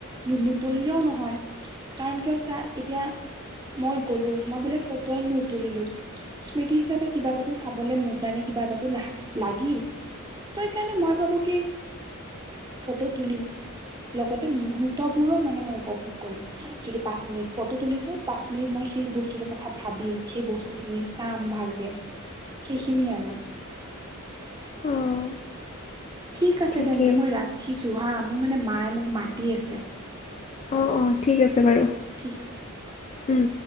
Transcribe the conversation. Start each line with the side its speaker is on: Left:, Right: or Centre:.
Right: নুতুলিলেও নহয়। কাৰণ কিয় চা এতিয়া- মই গ'লো মই বোলে ফটোৱে নুতুলিলো স্মৃতি হিচাপে কিবা এটাতো চাবলে মোৰ কাৰণে কিবা এটাতো লা লাগিল। ত সেইকাৰণে মই ভাবো কি ফটো তুলিম। লগতে মুহুৰ্তবোৰো মানে মই উপভোগ কৰিম। যদি পাঁচ মিনিট ফটো তুলিছো পাঁচ মিনিট মই সেই বস্তুৰ কথা ভাবিম, সেই ব ফটো খিনি চাম ভালকে সেইখিনি আৰু।
Left: অঁ
Right: ঠিক আছে
Left: ঠিকেই
Right: তেন্তে মই ৰাখিছো হা মোক মানে মায়ে মোক মাতি আছে।
Left: অ অ ঠিক আছে বাৰু।
Right: ঠিক আছে।
Left: উম।